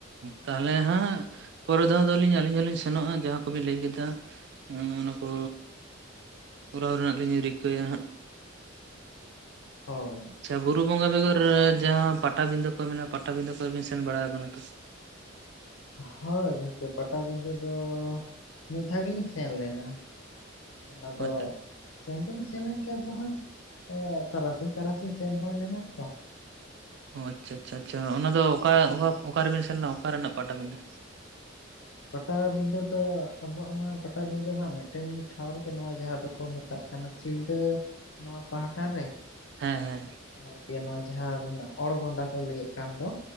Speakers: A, on the right; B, on the left.
A: ᱛᱟᱦᱚᱞᱮ ᱦᱟᱸᱜ ᱯᱚᱨᱮ ᱫᱷᱟᱣ ᱫᱚᱞᱤᱧ ᱟᱹᱞᱤᱧ ᱦᱚᱞᱤᱧ ᱥᱮᱱᱚᱜᱼᱟ ᱡᱟᱦᱟᱸ ᱠᱚᱵᱤᱱ ᱞᱟᱹᱭ ᱠᱮᱫᱟ? ᱱᱟ ᱱᱩᱠᱩ, ᱠᱚᱨᱟᱣ ᱨᱮᱱᱟᱜ ᱞᱤᱧ ᱨᱤᱠᱟᱹᱭᱟ ᱦᱟᱸᱜ᱾
B: ᱦᱳᱭ᱾
A: ᱪᱷᱮ ᱵᱩᱨᱩ ᱵᱚᱸᱜᱟ ᱵᱮᱜᱚᱨ ᱡᱟᱦᱟᱸ ᱯᱟᱴᱟᱵᱤᱸᱫᱟᱹ ᱠᱚ ᱢᱮᱱᱟᱜᱼᱟ ᱯᱟᱴᱟᱵᱤᱸᱫᱟᱹ ᱠᱚ ᱵᱤᱱ ᱥᱮᱱ ᱵᱟᱲᱟ ᱠᱟᱱᱟ ᱛᱚ᱾
B: ᱦᱳᱭ ᱜᱚᱝᱠᱮ ᱯᱟᱴᱟᱵᱤᱸᱫᱟᱹ ᱫᱚ, ᱢᱤᱫ ᱫᱷᱟᱣ ᱜᱮᱞᱤᱧ ᱥᱮᱱ ᱞᱮᱱᱟ ᱚᱱᱟ ᱫᱚ,
A: ᱟᱪᱪᱷᱟ
B: ᱥᱮᱱ ᱫᱚᱞᱤᱧ ᱥᱮᱱ ᱞᱮᱱ ᱜᱮᱭᱟ ᱫᱚ ᱦᱟᱸᱜ ᱛᱟᱨᱟᱥᱤᱧ ᱛᱟᱨᱟᱥᱤᱧ ᱥᱮᱱ ᱦᱩᱭ ᱞᱮᱱᱟ ᱛᱚ᱾
A: ᱚ ᱟᱪᱪᱷᱟ ᱟᱪᱪᱷᱟ ᱟᱪᱪᱷᱟ ᱚᱱᱟᱫᱚ ᱚᱠᱟ ᱚᱠᱟ ᱚᱠᱟᱨᱵᱤᱱ ᱥᱮᱱ ᱞᱮᱱᱟ ᱚᱠᱟ ᱨᱮᱱᱟᱜ ᱯᱟᱴᱟᱵᱤᱸᱫᱟᱹ᱾
B: ᱯᱟᱴᱟᱵᱤᱸᱫᱟᱹ ᱫᱚ ᱟᱵᱚᱣᱟᱜ ᱢᱟ ᱯᱟᱴᱟᱵᱤᱸᱫᱟᱹ ᱦᱟᱸᱜ ᱢᱤᱫᱴᱮᱱ ᱴᱷᱟᱶ ᱨᱮᱜᱮ ᱱᱚᱣᱟ ᱡᱟᱦᱟᱸ ᱫᱚᱠᱚ ᱢᱮᱛ ᱛᱟᱜ ᱠᱟᱱᱟ ᱥᱤᱞᱫᱟᱹ ᱱᱚᱣᱟ ᱯᱟᱦᱴᱟ ᱨᱮ᱾
A: ᱦᱮᱸ ᱦᱮᱸ᱾
B: ᱟᱨᱠᱤ ᱱᱚᱣᱟ ᱡᱟᱦᱟᱸ ᱚᱲᱜᱚᱸᱫᱟ ᱠᱚ ᱞᱟᱹᱭᱮᱫ ᱠᱟᱱ ᱫᱚ᱾